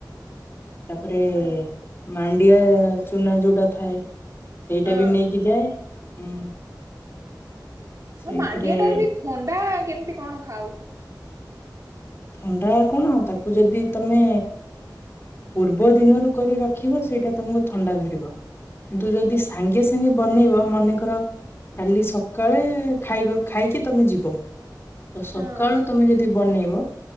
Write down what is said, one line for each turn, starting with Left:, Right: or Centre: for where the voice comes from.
Left: ତାପରେ
Right: ହଁ।
Left: ମାଣ୍ଡିଆ ଚୁନା ଯୋଉଟା ଥାଏ ସେଇଟା
Right: ହଁ।
Left: ବି ନେଇକି ଯାଏ ଉଁ,। ସେଇଥିରେ
Right: ହଁ ମାଣ୍ଡିଆ ଟା ବି ଥଣ୍ଡା କେମିତି କଣ ଖାଉ?
Left: ଥଣ୍ଡା କଣ ତାକୁ ଯଦି ତୋମେ ପୂର୍ବ ଦିନରୁ କରି ରଖିବ ସେଇଟା ତୋମକୁ ଥଣ୍ଡା ଧରିବ। କିନ୍ତୁ ଯଦି ସାଙ୍ଗେ ସାଙ୍ଗେ ବନେଇବ ମନେକର କାଲି ସକାଳେ ଖାଇବ ଖାଇକି ତୋମେ ଯିବ। ତ ସକାଳୁ
Right: ହଁ
Left: ତୋମେ ଯଦି ବନେଇବ